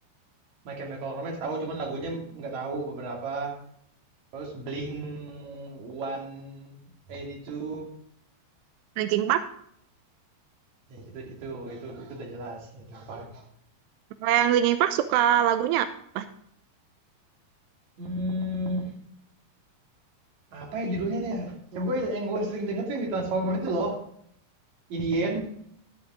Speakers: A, on the right; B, on the right.
A: My Chemical Romance tahu, cuman lagunya nggak tahu beberapa. Terus Blink 182
B: Linkin Park
A: Ya, itu itu itu itu udah jelas Linkin Park.
B: kalau yang Linkin Park suka lagunya apa
A: Hmm, apa ya judulnya tuh ya? Yang gue yang gue sering denger tuh yang di Transformer itu loh. Indien